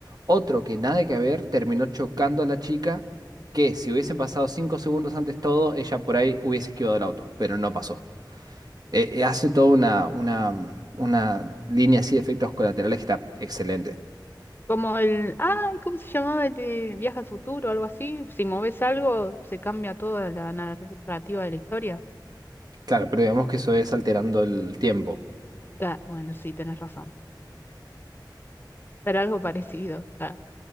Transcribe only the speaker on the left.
Como el, ay, ¿cómo se llamaba el de Viaje al Futuro o algo así? Si moves algo, se cambia toda la narrativa de la historia.
Ah, bueno, sí, tenés razón, pero algo <laughs> parecido. Ah,